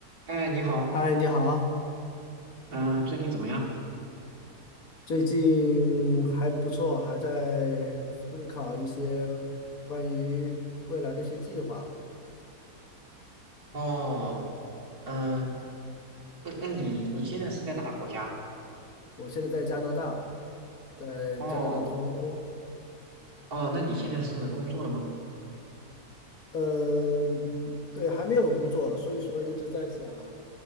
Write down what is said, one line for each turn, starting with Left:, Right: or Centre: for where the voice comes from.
Right: 哎，你好，
Left: 嗨，你好，
Right: 嗯、最近怎么样？
Left: 最近还不错，还在思考一些关于未来的一些计划。
Right: 哦，嗯、那那你你现在是在哪个国家？
Left: 我现在在加拿大，在加拿大多伦多。
Right: 哦哦，那你现在是工作了吗？
Left: 嗯，对，还没有工作，所以说一直在想